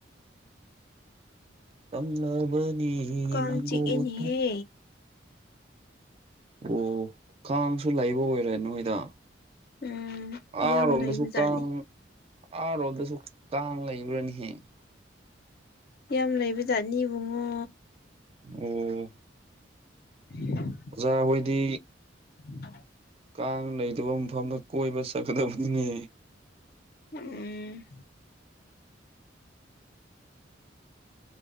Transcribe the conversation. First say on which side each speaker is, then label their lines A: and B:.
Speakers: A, on the right (about 30°); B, on the left (about 50°).
A: ꯇꯝꯂꯕꯅꯤ
B: ꯀꯥꯡ
A: ꯅꯉꯣꯟꯗ
B: ꯆꯤꯛꯏꯅꯦꯍꯦ
A: ꯑꯣ ꯀꯥꯡꯁꯨ ꯂꯩꯕ ꯑꯣꯏꯔꯦ ꯅꯣꯏꯗ
B: ꯎꯝ
A: ꯑꯥꯔꯣꯝꯗꯁꯨ
B: ꯌꯥꯝ ꯂꯩꯕꯖꯥꯠꯅꯤ
A: ꯀꯥꯡ ꯑꯥꯔꯣꯝꯗꯁꯨ ꯀꯥꯡ ꯂꯩꯕ꯭ꯔꯅꯦꯍꯦ
B: ꯌꯥꯝ ꯂꯩꯕ ꯖꯥꯠꯅꯤ ꯏꯕꯨꯡꯉꯣ
A: ꯑꯣ
B: ꯎ <inaudible>
A: ꯑꯣꯖꯥ ꯍꯣꯏꯗꯤ
B: <inaudible>
A: ꯀꯥꯡ ꯂꯩꯇꯕ ꯃꯐꯝꯗ ꯀꯣꯏꯕ ꯆꯠꯀꯗꯕꯅꯤꯅꯦ
B: ꯎꯝ